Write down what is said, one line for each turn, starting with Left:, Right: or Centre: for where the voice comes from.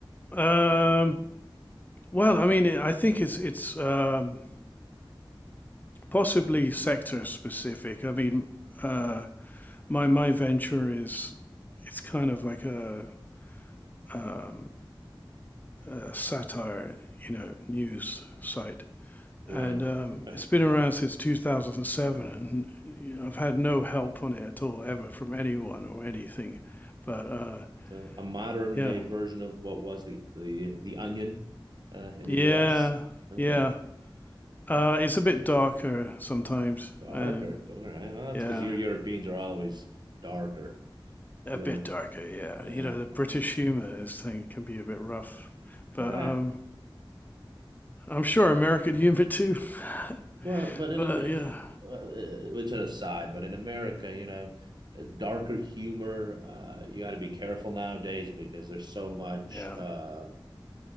Left: um, well i mean i think it's it's um, possibly sector specific i mean uh, my my venture is it's kind of like a um, uh, satire, you know, news site.
Right: Right.
Left: And um,
Right: Okay.
Left: it's been around since 2007, and you know, I've had no help on it at all, ever from anyone or anything. But uh,
Right: So a modern
Left: yeah,
Right: day version of what was the the the onion uh, in
Left: yeah,
Right: the US. Okay.
Left: yeah. Uh, it's a bit darker sometimes,
Right: Darker.
Left: and
Right: All right. Well, that's
Left: yeah,
Right: because your Europeans are always darker.
Left: a
Right: You
Left: bit
Right: were,
Left: darker. Yeah,
Right: yeah.
Left: you know, the British humor is thing can be a bit rough, but
Right: Ah,
Left: um, I'm sure American humor too. <laughs>
Right: well, but in
Left: but
Right: Am-
Left: yeah,
Right: well, uh, it's an aside, but in America, you know, uh, darker humor, uh, you got to be careful nowadays because there's so much,
Left: yeah,
Right: uh,